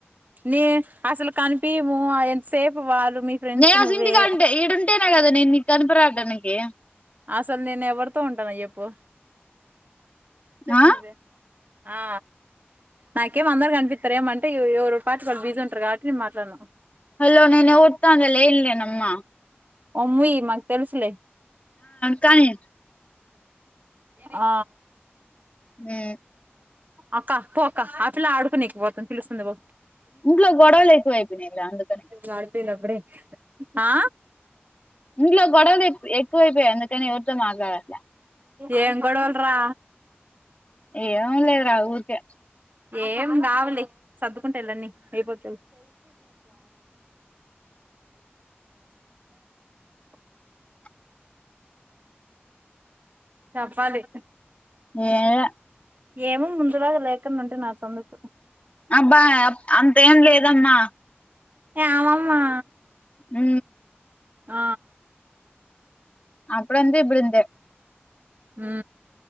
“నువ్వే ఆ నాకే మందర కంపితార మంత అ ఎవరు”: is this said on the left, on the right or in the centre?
Right